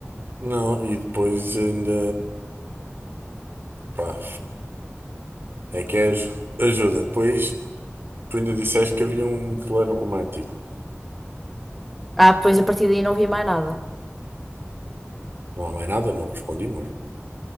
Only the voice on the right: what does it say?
Não, e depois ainda. Pá, é que é aj- ajuda. Depois tu ainda disseste que havia um plano romântico.
Não há mais nada, não respondi, amor.